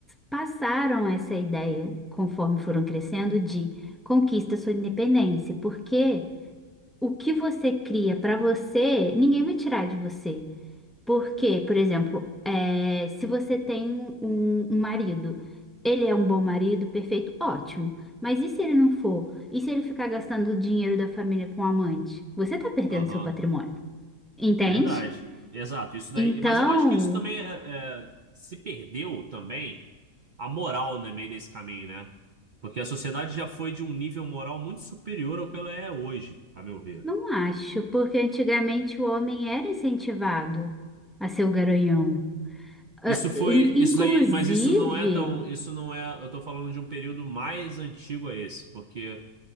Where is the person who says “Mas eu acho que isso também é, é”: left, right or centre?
Right